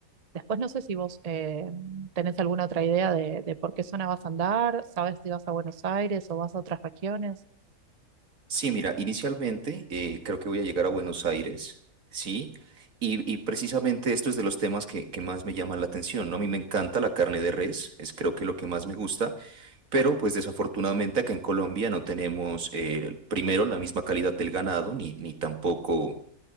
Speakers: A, on the right; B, on the right.
A: Después no sé si vos eh, tenés alguna otra idea de, de por qué zona vas a andar, sabes si vas a Buenos Aires o vas a otras regiones.
B: Sí, mira, inicialmente eh, creo que voy a llegar a Buenos Aires, ¿sí? Y, y precisamente esto es de los temas que, que más me llaman la atención, ¿no? A mí me encanta la carne de res, es creo que lo que más me gusta, pero pues desafortunadamente acá en Colombia no tenemos eh, primero la misma calidad del ganado, ni, ni tampoco